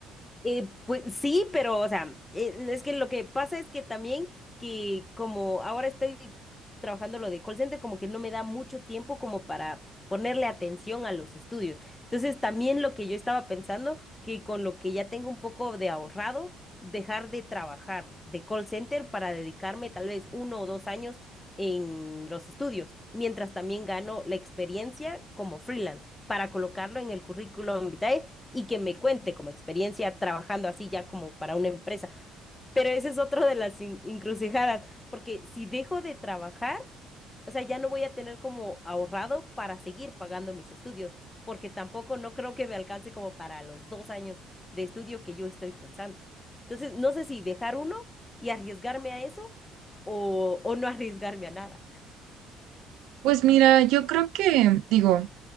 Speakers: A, on the left (about 20°); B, on the right (about 70°).
A: Eh, pues sí, pero, o sea, eh, es que lo que pasa es que también que como ahora estoy trabajando lo de call center, como que no me da mucho tiempo como para ponerle atención a los estudios. Entonces, también lo que yo estaba pensando, que con lo que ya tengo un poco de ahorrado, dejar de trabajar de call center para dedicarme tal vez uno o dos años en los estudios, mientras también gano la experiencia como freelance. para colocarlo en el currículum vitae y que me cuente como experiencia trabajando así ya como para una empresa. Pero ese es otro de las in- encrucijadas, porque si dejo de trabajar, o sea, ya no voy a tener como ahorrado para seguir pagando mis estudios, porque tampoco no creo que me alcance como para los dos años de estudio que yo estoy pensando. Entonces, no sé si dejar uno y arriesgarme a eso o, o no arriesgarme a nada.
B: Pues mira, yo creo que, digo,